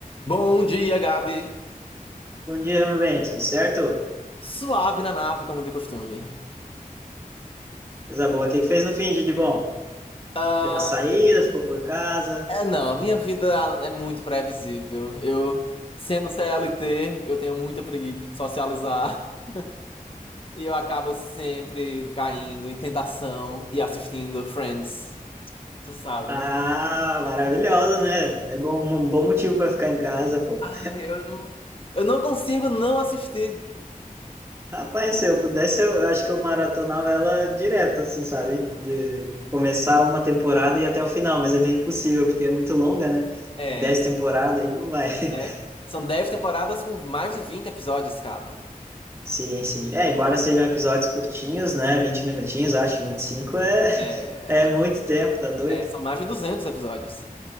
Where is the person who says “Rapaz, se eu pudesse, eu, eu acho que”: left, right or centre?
Right